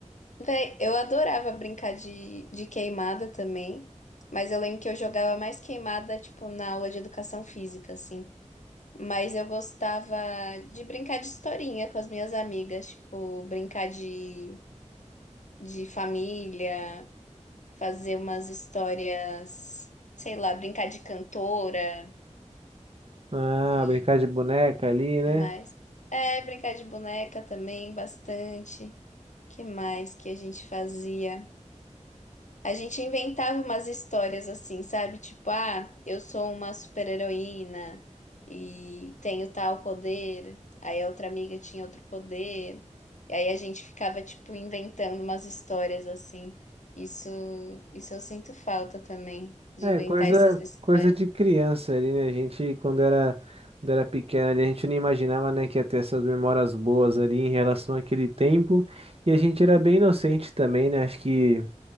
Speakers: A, on the left; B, on the right.
A: Véi, eu adorava brincar de, de queimada também, mas eu lembro que eu jogava mais queimada, tipo, na aula de educação física, assim. Mas eu gostava de brincar de historinha com as minhas amigas, tipo, brincar de, de família, fazer umas histórias, sei lá, brincar de cantora
B: Ah,
A: e
B: brincar de boneca ali, né?
A: mais. É, brincar de boneca também, bastante. Que mais que a gente fazia? A gente inventava umas histórias assim, sabe? Tipo, ah, eu sou uma super-heroína e tenho tal poder. Aí a outra amiga tinha outro poder. E aí a gente ficava, tipo, inventando umas histórias assim. Isso, isso eu sinto falta também, de
B: É,
A: inventar
B: coisa,
A: essas histórias.
B: coisa de criança ali, né? A gente, quando era, quando era pequena ali, a gente não imaginava, né, que ia ter essas memórias boas ali em relação àquele tempo. E a gente era bem inocente também, né? Acho que